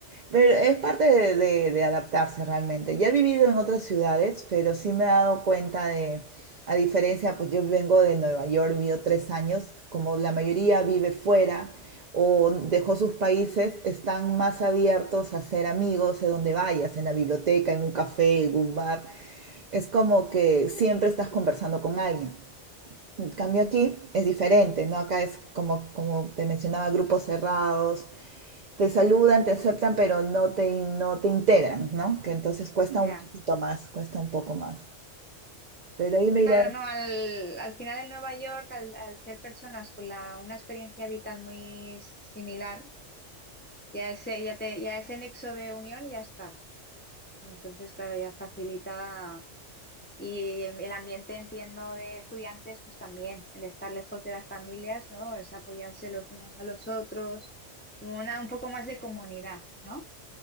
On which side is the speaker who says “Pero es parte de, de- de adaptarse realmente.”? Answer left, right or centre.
Right